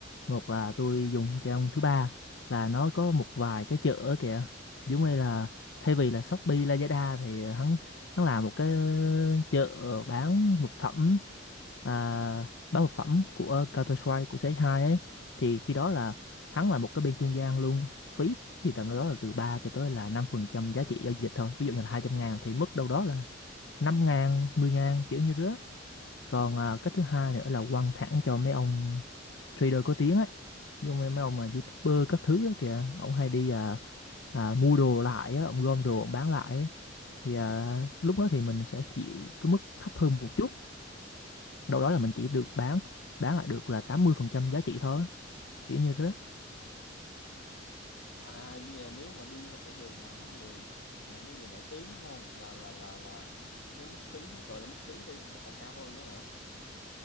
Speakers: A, on the left; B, on the left.
A: một là tôi dùng trang thứ ba là nó có một vài cái chợ ở kìa giống như là thay vì là Shopee Lazada thì hắn hắn làm một cái chợ bán vật phẩm à, bán vật phẩm của Counter Strike của cs hai ấy thì khi đó là hắn là một cái bên trung gian luôn phí thì tầm đâu đó là từ 3 cho tới là 5% giá trị giao dịch thôi ví dụ như là hai trăm ngàn thì mất đâu đó là năm ngàn, mười ngàn kiểu như rứa. Còn à, cái thứ hai nữa là quăng thẳng cho mấy ông trader có tiếng ấy. Dù mấy, mấy ông mà YouTuber các thứ đó kìa, ông hay đi à, à, mua đồ lại á, ông gom đồ ông bán lại ấy. Thì à, lúc đó thì mình sẽ chịu cái mức thấp hơn một chút. Đâu đó là mình chỉ được bán bán lại được là 80% giá trị thôi, kiểu như thế.
B: À nhà nếu mà đi qua cái đường mà mấy người nhờ mấy người nổi tiếng đúng không? Là là là là cái mức phí gọi là mức phí đi là còn cao hơn nữa hả?